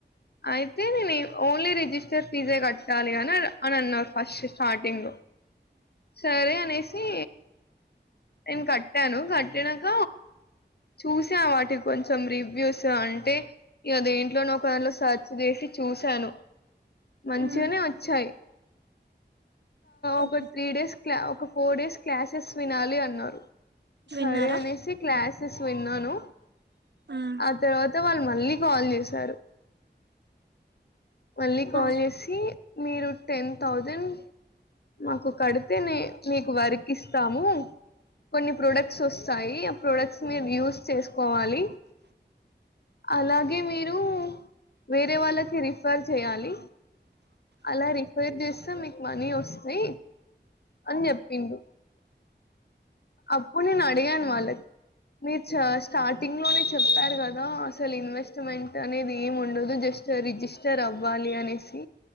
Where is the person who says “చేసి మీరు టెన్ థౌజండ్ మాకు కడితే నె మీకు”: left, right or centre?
Left